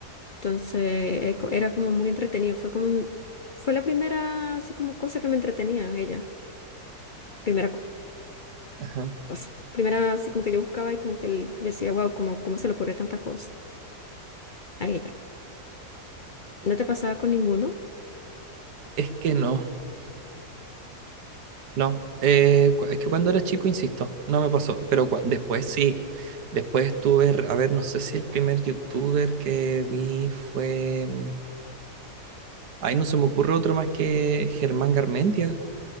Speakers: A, on the left (about 55°); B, on the right (about 80°).
A: Entonces, eh, co- era como muy entretenido. Fue como, un- fue la primera así como cosa que me entretenía ella. Primera co-
B: Ajá.
A: cosa. Primera así como que yo buscaba y como que el- yo decía, wow, como, ¿cómo se le ocurre tanta cosa a ella? ¿No te pasaba con ninguno?
B: Es que no. No, eh, cu- es que cuando era chico, insisto, no me pasó, pero cua- después sí, después estuve, re- a ver, no sé si el primer youtuber que vi fue, mm, ay, no se me ocurre otro más que Germán Garmendia,